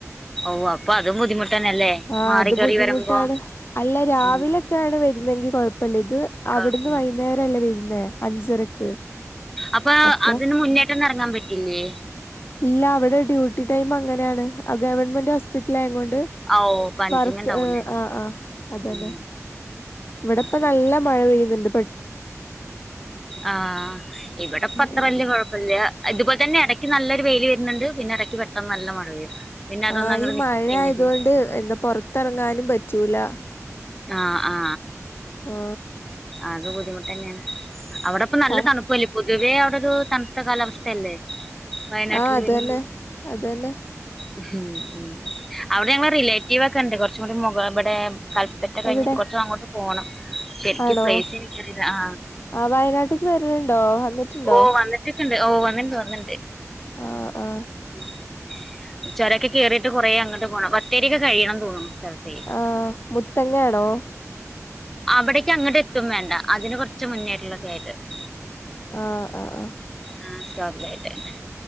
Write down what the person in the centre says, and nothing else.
ഓ അപ്പൊ അതും ബുദ്ധിമുട്ടന്നല്ലേ
മാറി
കേറി
വരുമ്പോ
ഉം
കൊഴപ്പല്ല
അപ്പോ
അതിന് മുന്നേറ്റം ഇറങ്ങാൻ പറ്റില്ലേ?
ആ ഓ പഞ്ചിങ്
ഉണ്ടാവൂലേ
ഉം
ആ
ആ
ആ ഇവടെപത്രല്ല
കൊഴപ്പല്ല ഇതുപോലെ തന്നെ എടയ്ക്ക് നല്ലൊരു വൈൽ വരുന്നുണ്ട് പിന്നെ എ പെട്ടെന്ന് നല്ല മഴ പെയ്യും. പിന്നെ അതൊന്ന്
അങ്ങട്ട്
നിക്കും
പിന്നിം
പെ
ആ ആ
അത് ബുദ്ധിമുട്ടന്നെയാണ്. അവിടപ്പ നല്ല
തണുപ്പല്ലേ പൊതുവേ അവിടെ ഒരു തണുത്ത കാലാവസ്ഥയല്ലേ? വയനാട്ടിൽ
വരുന്നു
ഉം ഉം അവിടെ ഞങ്ങളെ റിലേറ്റീവ് ഒക്കെണ്ട് കുറച്ചും കൂടി മു ഇവടെ ക പറ്റ കഴിഞ്ഞിട്ട്
കുറച്ചങ്ങോട്ട് പോണം ശരിക്കും
പ്ലേസ് എനിക്കാറീല്ല ആ
ഓ വന്നിട്ടൊക്കെണ്ട് ഓ വന്നിണ്ട് വന്നിണ്ട്
മ് മ് ചുരൊക്കെ കേറീട്ട് കുറേ അങ്ങട്ട് പോണം ബത്തേരിയൊക്കെ കഴിയണം തോന്നുന്നു. സ്ഥലത്തേ
അവിടേക്ക് അങ്ങട്ട് എത്തും വേണ്ട അതിന് കുറച്ച് മുന്നേട്ടു <unintelligible>
ആ സ്വാബലായിട്ടന്നെ